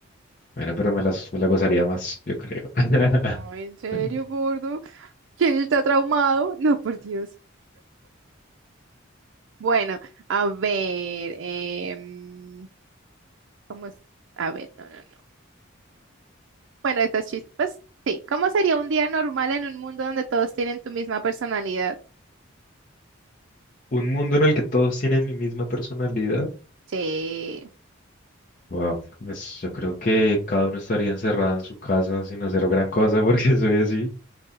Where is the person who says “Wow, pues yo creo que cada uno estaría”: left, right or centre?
Left